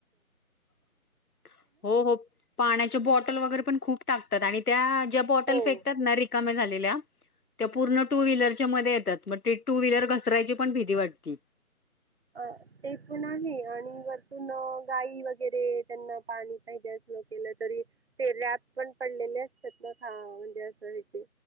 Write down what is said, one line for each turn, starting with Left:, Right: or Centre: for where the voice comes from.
Left: <unintelligible> हो हो पाण्याचे बॉटल वगैरे पण खूप टाकतात आणि त्या ज्या बॉटल
Right: हो
Left: फेकतात ना रिकाम्या झालेल्या त्या पूर्ण टू व्हीलरच्या मध्ये येतात मगं ते टू व्हीलर घसरायची पण भीती वाटती
Right: अ ते पण आहे आणि वरतून गाई वगैरे त्यांना पाणी पाहिजे केलं तरी फेऱ्यात पण पडलेले असतात ना खा म्हणजे असं ह्याचे